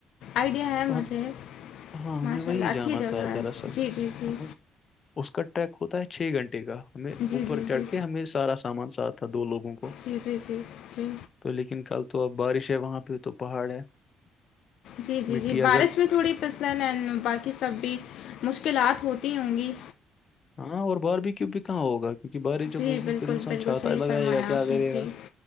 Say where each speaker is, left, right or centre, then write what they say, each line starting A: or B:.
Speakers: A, on the left; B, on the left.
A: آئیڈیا ہے
B: تو
A: مجھے
B: ہم ہاں
A: ماشاء
B: ہمیں وہی
A: اللہ اچھی
B: جانا
A: ج
B: تھا دراصل
A: جی جی جی
B: ہاں اس کا ٹریک ہوتا ہے چھ گھنٹے کا ہمیں اوپر
A: جی جی
B: چڑھ
A: جی
B: کے ہمیں سارا سامان ساتھ تھا دو لوگوں کو
A: جی جی جی جی
B: تو لیکن کل تو اب بارش ہے وہاں پہ تو پہاڑ ہے
A: جی جی
B: مٹی
A: جی
B: اگر
A: بارش میں تھوڑی پ اس ن باقی سب بھی مشکلات ہوتی ہوں گی
B: ہاں اور بار بھی کیوں بھی کہاں ہوگا کیونکہ بارش جب
A: جی
B: ہوگی
A: بالکل
B: پھر انسان
A: بالکل
B: چھاتا
A: صحیح
B: لگائے
A: فرمایا
B: گا کیا
A: آپ
B: کرے
A: نے جی
B: گا